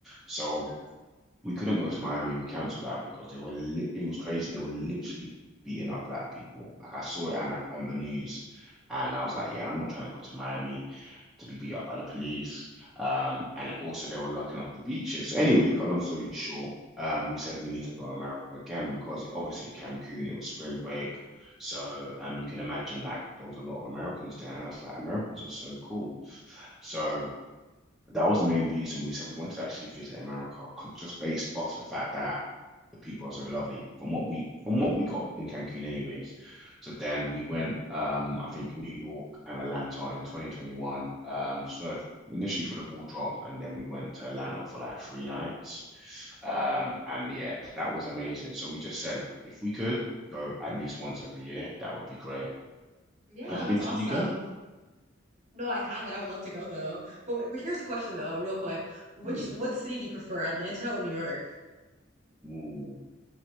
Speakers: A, in the centre; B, on the right.
A: So
B: yeah.
A: we couldn't go to Miami. We cancelled that because they were li it was crazy. They were literally beating up black people. Like I saw it on on the news, and I was like, yeah, I'm not trying to go to Miami to be beat up by the police. Um,
B: Yeah.
A: and also they were locking off the beaches. So anyway, long story short, um, we said we need to go to America again because obviously Cancun, it was spring break. So um, you can imagine like there was a lot of Americans there, and I was like, Americans are so cool. So that was the main reason we said we wanted to actually visit America, just based off the fact that the people are so lovely from what we from what we got in Cancun anyways. So then we went
B: Mm,
A: um
B: mm,
A: I think New York and Atlanta in 2021 um for initially for the ball drop and then we went to Atlanta for like three nights. Um
B: mm.
A: and yeah, that was amazing. So we just said if we could go at least once every year, that would be great.
B: Yeah,
A: Have you
B: that's
A: been to
B: awesome.
A: the UK?
B: No, I haven't. I would love to go though. But wait, wait, here's the question though, real quick. Which
A: Hmm.
B: what city do you prefer, Atlanta or New York?
A: Ooh,